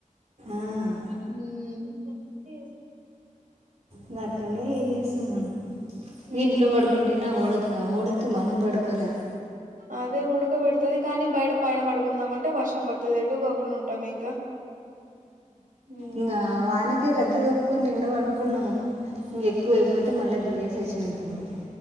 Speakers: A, on the right; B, on the right.
A: ఆ.
B: మ్మ్ నచలే
A: ఇక అట్లనే ఏం చేస్తాం మనం
B: ఉమ్
A: ఇంట్లో పడుకుంటేన ఊడక డక మనం పడుకోలేం
B: అదే ఉడకబడుతది కానీ బయట పైన పడుకుందాం అంటే వర్షం పడుతుంది ఎటు కాకుండా ఉంటాం ఇంకా ఉమ్
A: ఇంకా వానకే రగ్గ కప్పుకొని నిండ పం కున్నాము ఇంక ఎక్కువ అయిపోతే మళ్ళీ దిగ తెచినకు మీకు